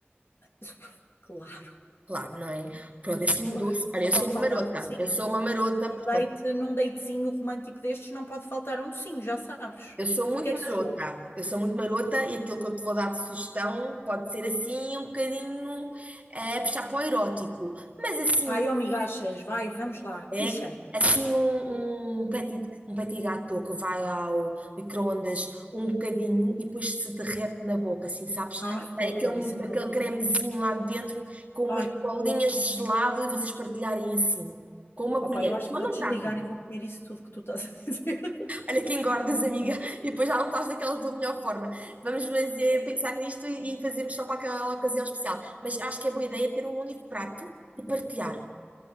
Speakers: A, on the left; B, on the right.
A: <laughs> Claro,
B: Claro, não é? Pronto, esse é
A: claro.
B: um doce. Olha,
A: Não
B: eu
A: pode
B: sou uma
A: faltar
B: marota,
A: um docinho.
B: eu sou uma marota,
A: Num
B: portanto,
A: date, num datezinho romântico destes, não pode faltar um docinho, já sabes.
B: eu
A: O
B: sou muito
A: que
B: marota,
A: é que sugeres?
B: eu sou muito marota e aquilo que eu te vou dar de sugestão pode ser assim um bocadinho eh, puxar para o erótico, mas assim
A: Ai, amiga, achas, vai, vamos lá,
B: É
A: puxa.
B: assim um, um petit, um petit gâteau que vai ao micro-ondas um bocadinho e depois se derrete na boca, assim, sabes?
A: Ai,
B: Sai
A: tão
B: aquele,
A: bom, isso é tão
B: aquele
A: bom,
B: cremezinho
A: meu Deus.
B: lá dentro com umas
A: Ai,
B: bolinhas de gelado e vocês partilharem assim, com uma
A: opa,
B: colher,
A: eu acho
B: só
A: que vou
B: num
A: desligar
B: prato.
A: e vou comer isso tudo que tu estás a dizer. <laughs>
B: Olha que engordas, amiga, e depois já não estás daquela tua melhor forma. Vamos fazer, pensar nisto e, e fazemos só para aquela ocasião especial. Mas acho que é boa ideia ter um único prato e partilhar.